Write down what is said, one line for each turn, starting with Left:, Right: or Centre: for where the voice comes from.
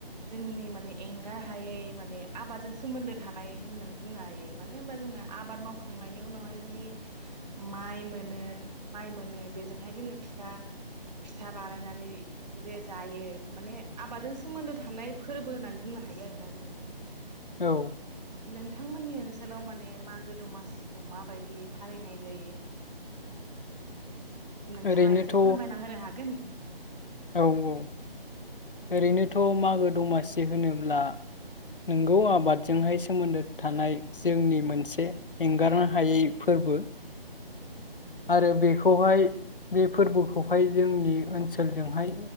Right: जोंनि माने एंगार हायै माने आबादजों सोमोन्दो थानाय होननानै बुंनो हायो मानो होनबा जोंङो आबाद मावख। खांनायनि उनावहाय जि माइ मोनो माइ मोनो बेजोंहाय जोंङो फिथा फिथा बानायनानै जे जायो माने आबादजों सोमोन्दो थानाय फोरबो होननानै बुंनो हायो आरोना जोंङो।
Left: औ।
Right: नोंथांमोननि ओनसोलाव माने मागो दमासिखौ माबायदि फालिनाय जायो। नोंथाङा
Left: ओरैनोथ'
Right: एसे फोरमायना होनो हागोन।
Left: औ औ ओरैनोथ मागो दमासि होनोब्ला नोंगौ आबादजोंहाय सोमोन्दो थानाय जोंनि मोनसे एंगारनो हायै फोरबो। आरो बेखौहाय बे फोरबोखौहाय जोंनि ओनसोलजोंहाय